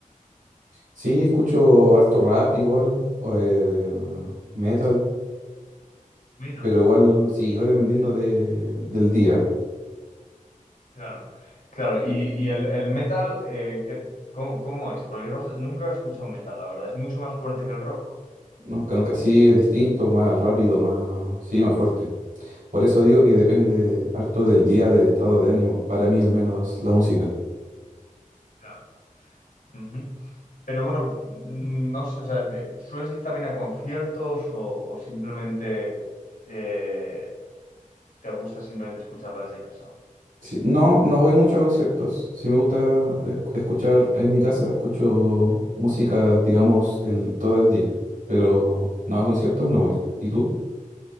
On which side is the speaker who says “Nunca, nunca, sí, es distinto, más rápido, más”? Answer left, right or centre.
Right